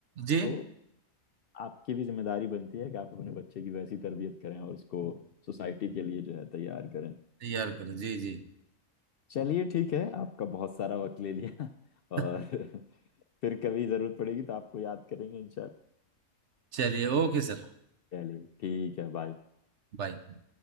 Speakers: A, on the right (about 65°); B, on the left (about 60°).
A: जी
B: तो आपकी भी जिम्मेदारी बनती है कि आप अपने बच्चे की वैसी तरबियत करें और उसको सोसाइटी के लिए जो है तैयार करें
A: तैयार करें जी जी
B: चलिए ठीक है आपका बहुत सारा वक्त ले लिया <laughs>
A: <laughs>
B: और फिर कभी जरूरत पड़ेगी तो आपको याद करेंगे इंशाल्लाह
A: चलिए ओके सर
B: चलिए ठीक है बाय
A: बाय